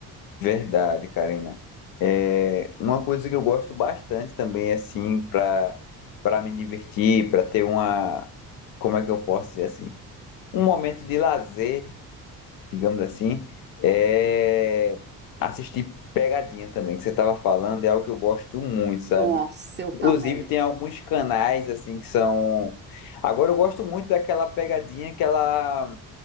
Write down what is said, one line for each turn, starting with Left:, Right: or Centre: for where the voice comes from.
Left: Verdade, Karina. É, uma coisa que eu gosto bastante também, assim, para para me divertir, para ter uma, como é que eu posso dizer assim, um momento de lazer digamos assim, é assistir pegadinha também, que você estava falando, é algo que eu gosto muito, sabe?
Right: Nossa, eu
Left: Inclusive
Right: também.
Left: tem alguns canais assim que são. Agora eu gosto muito daquela pegadinha que ela,